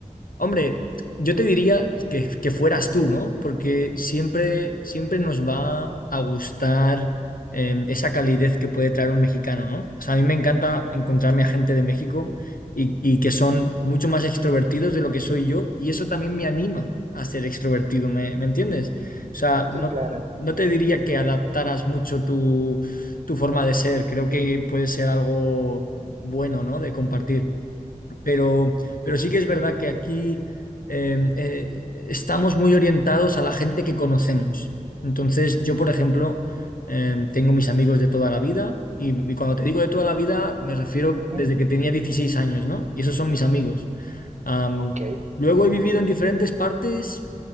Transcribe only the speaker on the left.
Hombre, yo te diría que, que fueras tú, ¿no? Porque siempre, siempre nos va a gustar eh, esa calidez que puede traer un mexicano, ¿no? O sea, a mí me encanta encontrarme a gente de México y, y que son mucho más extrovertidos de lo que soy yo y eso también me anima a ser extrovertido, ¿me, me entiendes? O sea,
no,
no te diría que adaptaras mucho tu, tu forma de ser, creo que puede ser algo bueno, ¿no? De compartir. Pero, pero sí que es verdad que aquí eh, eh, estamos muy orientados a la gente que conocemos. Entonces, yo, por ejemplo, eh, tengo mis amigos de toda la vida y, y cuando te digo de toda la vida, me refiero
desde que tenía 16 años, ¿no? Y esos son mis amigos. Am,
luego he vivido en diferentes partes